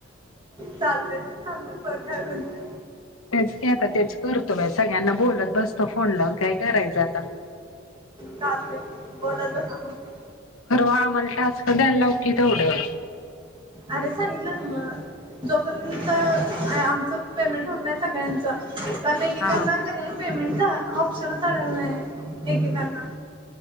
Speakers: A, on the right; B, on the left.
A: चालते य तस सांगून बग. काय म्हणते?
B: तेच आता तेच करतो सगळ्यांना बोलत बसतो फोन लावून काय करायचं आता.
A: चालते बोलत बसा मग
B: परवा आम्हाला टास्क द्यायला लाव की तेवढं.
A: अरे सांगितलं ना जोपर्यंत आमचं पेमेंट होत नाही सगळ्यांचं पण एकेकांना
B: हा
A: क नी पेमेंटचा ऑप्शन चा आलेला नाही एकेकांना.